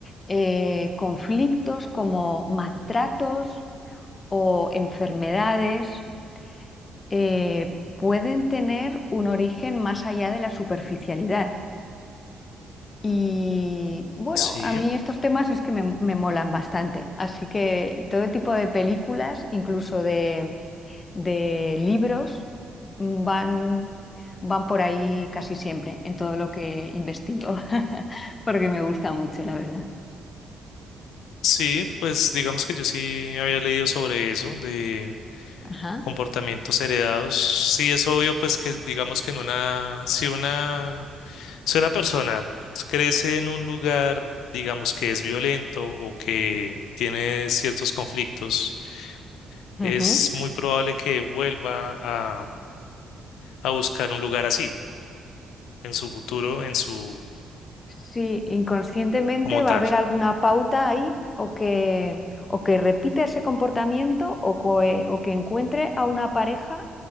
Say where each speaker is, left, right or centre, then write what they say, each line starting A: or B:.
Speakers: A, on the left; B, on the left.
A: eh, conflictos como maltratos o enfermedades eh, pueden tener un origen más allá de la superficialidad. Y bueno,
B: sí,
A: a mí estos temas es que me, me molan bastante. Así que todo tipo de películas, incluso de, de libros, van van por ahí casi siempre en todo lo que investigo, <laughs> porque me gusta mucho, la verdad.
B: sí, pues digamos que yo sí había leído sobre eso, de
A: Ajá.
B: comportamientos heredados. Sí, es obvio, pues que digamos que en una, si una, si una persona crece en un lugar, digamos que es violento o que tiene ciertos conflictos,
A: Ujú.
B: es muy probable que vuelva a a buscar un lugar así, en su futuro, en su,
A: Sí, inconscientemente
B: como
A: va
B: tal.
A: a haber alguna pauta ahí o que, o que repita ese comportamiento o, coe- o que encuentre a una pareja